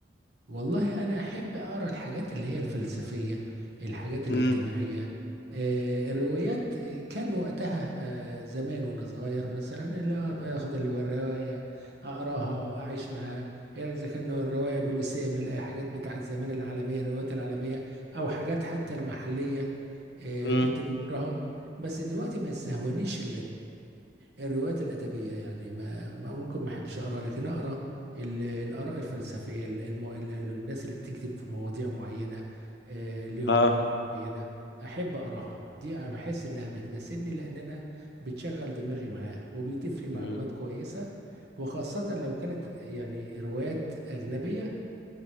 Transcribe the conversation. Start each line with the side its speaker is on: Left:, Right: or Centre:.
Right: والله أنا أحب أقرأ الحاجات اللي هي الفلسفية الحاجات الاجتماعية
Left: امم
Right: آه، الروايات آه، كان وقتها آه، زمان وأنا صغير مثلا لا باخد الرواية أقراها وأعيش معاها آه، إذا كان الرواية بوليسية من الحاجات بتاعت زمان العالمية الروايات العالمية أو حاجات حتى المحلية آه،
Left: امم
Right: كنت بنقراها بس دلوقتي ما يستهونيش الروايات الأدبية يعني ما ما- ممكن ما أحبش أقرأ لكن أقرأ ال- الآراء الفلسفية ال- المو... ال- ال- الناس اللي بتكتب في مواضيع معينة آه، ليهم
Left: اه
Right: آراء معينة أحب أقرأها دي أنا بحس إنها بتناسبني لأن أنا بتشغل دماغي معاه وبيضيف لي معلومات
Left: امم
Right: كويسة وخاصة لو كانت يعني روايات أجنبية